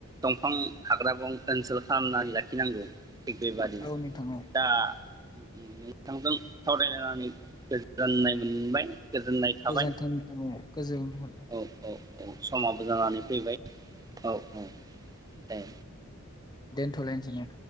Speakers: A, on the right; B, on the left.
A: दंफां हाग्रा-बंग्रा ओनसोल खालामनानै लाखिनांगौ थिग बेबादिनो
B: औ नोंथां औ
A: दा नोंथांजों सावरायलायनानै गोजोननाय मोनबाय गोजोननाय थाबाय
B: गोजोन्थों नोंथां गोजोन हर
A: औ औ औ समाबो जानानै फैबाय औ औ दे
B: थल इन्जनि